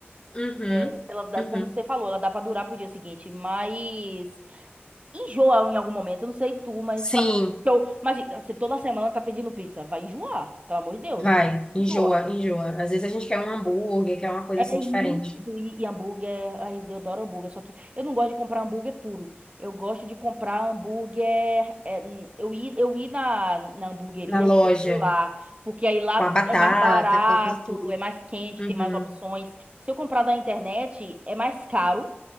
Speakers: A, on the left; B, on the right.
A: Uhum.
B: É, ela dá,
A: Uhum.
B: como você falou, ela dá pra durar pro dia seguinte, mas enjoa em algum momento. Eu não sei tu, mas
A: Sim,
B: pra eu, mas você toda semana tá pedindo pizza, vai enjoar, pelo amor de Deus,
A: vai.
B: pra
A: Enjoa,
B: enjoa.
A: enjoa. Às vezes a gente quer um hambúrguer, quer uma coisa
B: É
A: assim
B: isso,
A: diferente.
B: e, e hambúrguer, ai, eu adoro hambúrguer, só que eu não gosto de comprar hambúrguer puro. Eu gosto de comprar hambúrguer, é, hum, eu ir, eu ir na, na hamburgueria
A: Na loja,
B: e comer lá, porque aí lá
A: com a batata,
B: é mais barato,
A: aquela coisa tudo.
B: é mais quente,
A: Uhum.
B: tem mais opções. Se eu comprar da internet, é mais caro